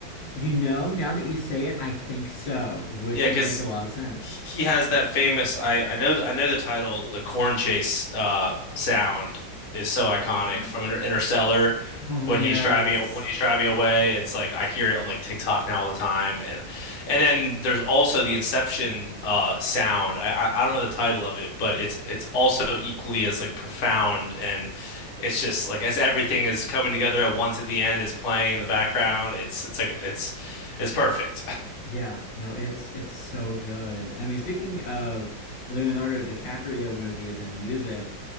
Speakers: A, on the left; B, on the left.
A: You know, now that you say it, I think so, which
B: Yeah,
A: would
B: because
A: make a lot of sense.
B: he has that famous. I I know I know the title. The corn chase uh, sound is so iconic
A: <gasps>
B: from Inter Interstellar
A: Oh
B: when
A: yes.
B: he's driving when he's driving away. It's like I hear it on like TikTok now all the time, and and then there's also the Inception uh, sound. I, I I don't know the title of it, but it's it's also equally as like profound, and it's just like as everything is coming together at once at the end is playing in the background. It's it's like it's it's perfect.
A: Yeah, no, it's it's so good. I mean, speaking of Leonardo DiCaprio movies and music,